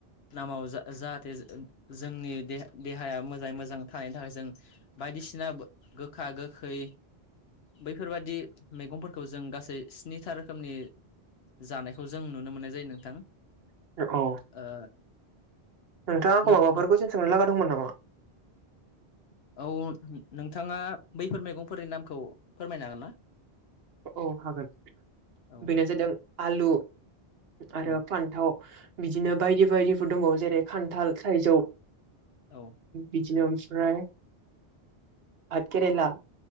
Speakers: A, on the left; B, on the right.
A: नामाव जा-जाहाथे जोंनि दे-देहाया मोजाङै मोजां थानायनि थाखाय जों बाय दिसिना गोखा गोखै बैफोरबादि मैगंफोरखौ जों गासै स्निथा रोखोमनि जानायखौ जों नुनो मोननाय जायो नोंथां
B: ओ औ
A: ओ
B: नोंथाङा आंखौ
A: नों
B: माबाफोर
A: नों
B: क्यिसन सोंनो लागा दंमोन नामा
A: औ नोंथाङा बैफोर मैगंफोरनि नामखौ फोरमायनो हागोन ना
B: औ हागोन
A: औ
B: बेनो जादों आलु आरो
A: औ
B: फान्थाव बिदिनो बायदि बायदिफोर दबो जेरै खान्थाल थाइजौ
A: औ
B: बिदिनो फ्राय भाद केेरला